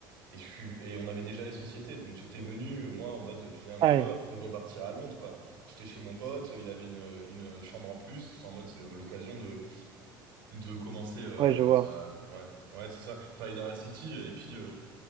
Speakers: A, on the right; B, on the right.
A: et, je suis- et on avait déjà les sociétés, donc j'étais venu, euh, moi, en mode, euh, je viens un
B: Ouais,
A: peu, après je repartirai à Londres, quoi. J'étais chez mon pote, euh, il avait une, une chambre en plus, j'étais en mode, c'est le- l'occasion de, de commencer, euh,
B: ouais, je vois.
A: tu ouais, ouais, c'est ça, travailler dans la city, et puis, euh,